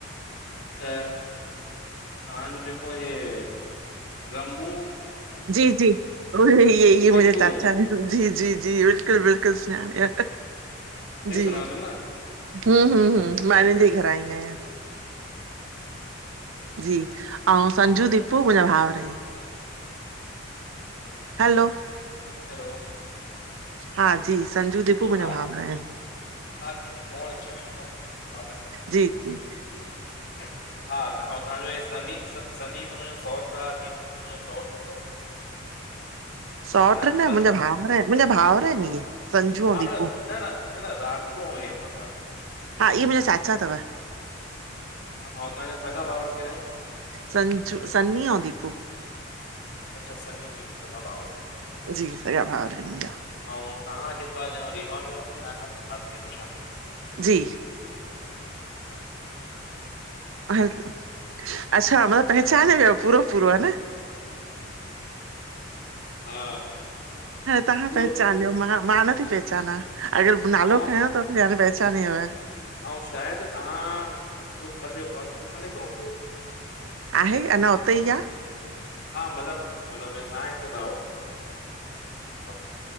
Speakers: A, on the left; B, on the right.
A: त तव्हांजो जेको इहे रमबू
B: जी जी उहे
A: टिकू
B: मुंजा चाचा आहे। जी जी जी, बिल्कुलु बिल्कुलु सुञाणयां,
A: सही
B: जी
A: सुञाणो तम न?
B: हूं हूं हूं मां हिन जे ई घर आई आहियां। जी अंउ संजू, दीपू मुंहिंजा भाउर आहिन हलो
A: हलो
B: हा जी संजू, दीपू मुंहिंजा
A: हा
B: भाउर आहिन।
A: हा कंहिंजी फोन अची वई।
B: जी जी <inaudible>
A: हा त ऐं तव्हांजो इ सनी, सनी ॿ हुनजो सौट्र आ, दीपू बि हुनज जो सौट्र हूंदो।
B: सौट्र
A: ह
B: न
A: र
B: मुंहिंजा भाउर आहिन, मुंहिंजा भाउर आहिन इहे संजू
A: हा
B: ऐं
A: मतलब
B: दीपू।
A: न न न राखो हो हे म ताम। <unintelligible>
B: हा इहे मुंहिंजा चाचा अथव।
A: ह ऐं तव्हांजा सॻा भउर केर आहिन
B: संज, सनी अंउ दीपु।
A: अच्छा सनी ऐं दीपू सॻा भाउर
B: जी सॻा भावर आहिन मुंहिंजा।
A: अंउ तव्हां जेको आहे रीवा में हुयव तव्हांजो नालो भारती हुयो छा?
B: जी अच्छा मतिलब पहचान वियो पूरो पूरो, ह न।
A: हा
B: तव्हां
A: पूरो
B: पहचानियो
A: पूरो
B: मां, मां नथी पहचाना <unintelligible> नालो
A: ऐं
B: खंयो त पहचान जो आहे।
A: ऐं शायदि तव्हां जो घर जेको आहे तोखाने में हूंदो हुयो।
B: आहे, अञा उते ई आ।
A: हा मतिलब मतिलब <inaudible>